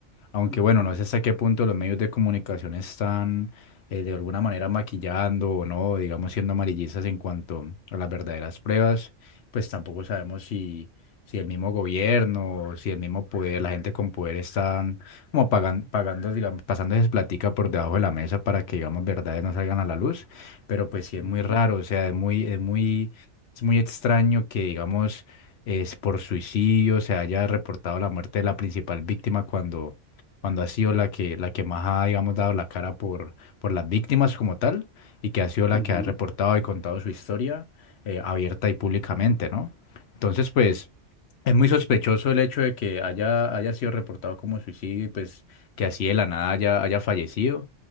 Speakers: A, on the left (about 65°); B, on the left (about 20°).
A: Aunque
B: Ujú,
A: bueno, no sé hasta qué punto los medios de comunicación están eh, de alguna manera maquillando o no, digamos siendo amarillistas en cuanto a las verdaderas pruebas, pues tampoco sabemos si, si el mismo gobierno, si el mismo poder, la gente con poder están como pagan- pagando, digamos, pasándoles platica por debajo de la mesa para que, digamos, verdades no salgan a la luz, pero pues sí es
B: ujú,
A: muy raro, o sea, es muy, es muy, es muy extraño que, digamos, es por suicidio se haya reportado la muerte de la principal víctima cuando cuando ha sido la que, la que más ha, digamos, dado la cara por, por las víctimas como tal, y que ha sido la
B: ujú.
A: que ha reportado y contado su historia eh, abierta y públicamente, ¿no? Entonces, pues, es muy sospechoso el hecho de que haya, haya sido reportado como suicidio y pues que así de la nada haya, haya fallecido,